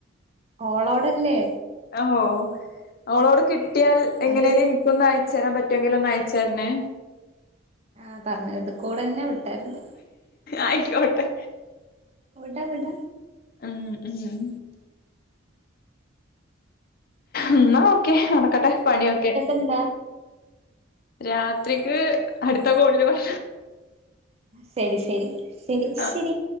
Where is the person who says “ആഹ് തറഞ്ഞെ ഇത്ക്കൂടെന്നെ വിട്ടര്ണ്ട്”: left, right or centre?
Right